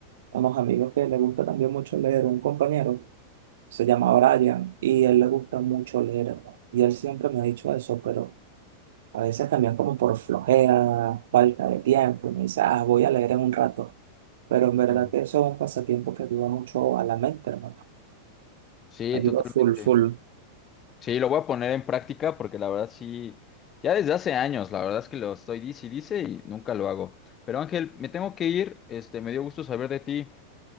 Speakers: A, on the right; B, on the left.
A: unos amigos que les gusta también mucho leer, un compañero. se llama Brian y a él le gusta mucho leer, hermano. Y él siempre me ha dicho eso, pero a veces también como por flojera, falta de tiempo, y me dice, ah, voy a leer en un rato. Pero en verdad
B: Ah.
A: que eso es un pasatiempo que ayuda mucho a la mente, hermano.
B: Sí,
A: Ayuda
B: totalmente.
A: full, full.
B: Sí, lo voy a poner en práctica porque la verdad sí, ya desde hace años, la verdad es que lo estoy dice y dice y nunca lo hago. Pero Ángel, me tengo que ir, este, me dio gusto saber de ti.